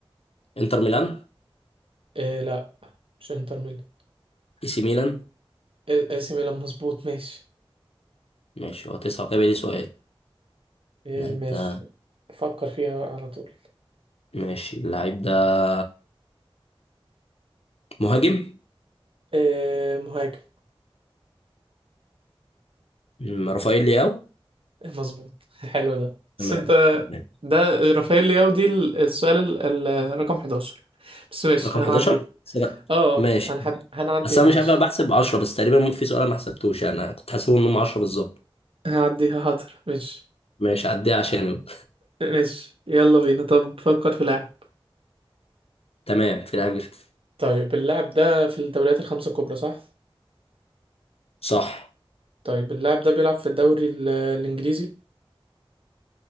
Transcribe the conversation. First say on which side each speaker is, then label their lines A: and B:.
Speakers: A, on the left; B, on the right.
A: انتر ميلان
B: آه لا مش انتر ميلان
A: اي سي ميلان
B: اي سي ميلان مظبوط ماشي
A: ماشي هو تسعة وكده بقى لي سؤال
B: إيه
A: اللاعب
B: ماشي
A: ده
B: فكر فيها على طول
A: ماشي اللعيب ده مهاجم
B: إيه مهاجم
A: م- رافائيل لياو
B: آه، مظبوط <laughs> حلو ده بس
A: تمام
B: انت
A: تمام.
B: ده رافائيل لياو دي السؤال ال- ال- رقم 11 بس ماشي
A: رقم
B: هنعديها
A: 11 سنة
B: اه
A: ماشي
B: اه هنحد... هنعديها
A: بس انا مش
B: مش
A: عارف انا بحسب 10 بس تقريبا م- في سؤال أنا ما حسبتوش يعني. انا كنت حاسبهم انهم 10 بالظبط
B: هنعديها حاضر مش
A: ماشي عديها عشانه
B: مش يلا بينا طب فكر في لاعب
A: تمام في لعيب جه- في-
B: طيب اللاعب ده في الدوريات الخمسة الكبرى صح؟
A: صح
B: طيب اللاعب ده بيلعب في الدوري ال- الإنجليزي